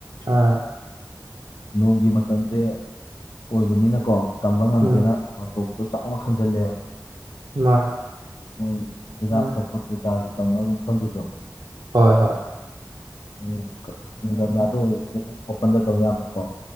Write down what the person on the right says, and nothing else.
ꯑꯥ
ꯎꯝ
ꯃꯥꯅꯤ
ꯑꯥ
ꯍꯣꯏ ꯍꯣꯏ